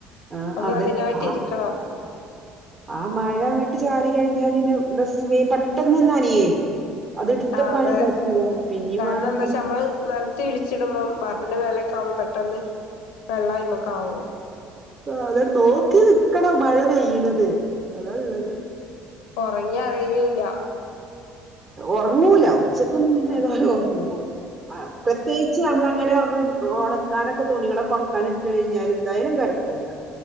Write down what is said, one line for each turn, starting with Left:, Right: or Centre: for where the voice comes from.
Right: ആ
Left: നമ്മൾ
Right: അതെ
Left: അതിനായിട്ട്
Right: ആ
Left: ഇരിക്കണം
Right: ആ മഴ അങ്ങോട്ട് ചാറി കഴിഞ്ഞാ പിന്നെ പെട്ടെന്ന് നനിയേ അത് ഇട്ത്തക്കാനും
Left: ആ അതെ
Right: പറ്റില്ല പിന്നിം
Left: കാരണം
Right: വേണം
Left: എന്താ വെച്ചാ നമ്മള് നിലത്തിരിച്ചിടുമ്പോം ബാർപ്പിന്റെ മേലക്ക ആവുമ്പോ പെട്ടെന്ന് വെള്ളായ്മക്കെ ആവും.
Right: ആ അതെ നോക്കി നിൽക്കണം മഴ പെയ്യണത് അതള്ളത്
Left: ഒറങ്ങി അറിയൂല്ല
Right: ഒറങ്ങൂല ഉച്ചക്കൊന്നും പിന്നെ
Left: ആ
Right: ഏതാലും ഒറങ്ങൂല ആ പ്രത്യേകി ഉച്ചാവുമ്പളങ്ങനെ ഒണക്കാനൊക്കെ തുണികളൊക്കെ ഒണക്കാനിട്ട് കഴിഞ്ഞാൽ എന്തായാലും കെടക്കൂല